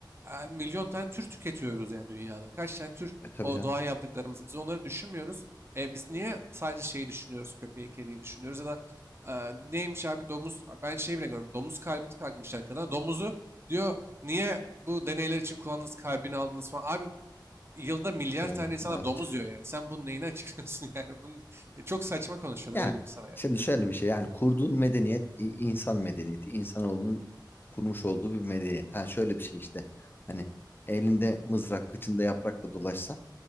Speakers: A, on the right; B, on the left.
A: e, milyon tane tür tüketiyoruz yani dünyada. Kaç tane tür
B: E tabii
A: o
B: canım.
A: doğa yaptıklarımız. Biz onları düşünmüyoruz. E, biz niye sadece şeyi düşünüyoruz? Köpeği, kediyi düşünüyoruz ya da e, neymiş abi domuz ben şey bile görmüyorum. Domuz kalbi takmışlar kadına. Domuzu diyor niye bu deneyler için kullandınız, kalbini aldınız falan. Abi yılda milyar
B: Yani
A: tane insanlar
B: ne yapacaktım?
A: domuz yiyor yani. Sen bunun neyini açıklıyorsun <laughs> yani? Bunun, e, çok saçma konuşuyorlar
B: Yani
A: öyle diyeyim sana yani.
B: şimdi şöyle bir şey yani kurduğun medeniyet i- insan medeniyeti insanoğlunun kurmuş olduğu bir medeniyet. Ha şöyle bir şey işte hani elinde mızrak kıçında yaprakla dolaşsan